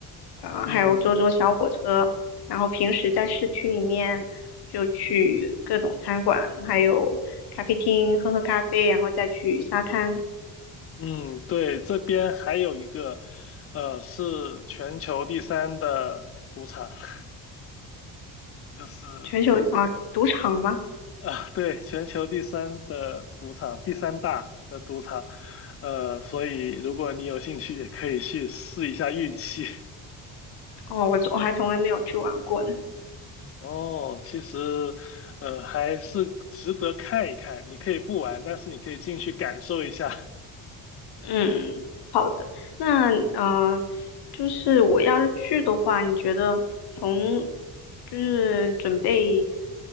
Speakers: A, on the left (about 60°); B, on the left (about 35°).
A: 呃，
B: 嗯。
A: 还有坐坐小火车。然后平时在市区里面就去各种餐馆，还有咖啡厅喝喝咖啡，然后再去沙滩。
B: 嗯，对，这边还有一个，呃，是全球第三的赌场，<laughs> 就是你
A: 全球啊，赌场吗？
B: 啊，对，全球第三的赌场，第三大的赌场，呃，所以如果你有兴趣，也可以去试一下运气。<laughs>
A: 哦，我我还从来没有去玩过呢。
B: 哦，其实，呃，还是值得看一看。你可以不玩，但是你可以进去感受一下。
A: 嗯，好的。那嗯，就是我要是去的话，你觉得从就是准备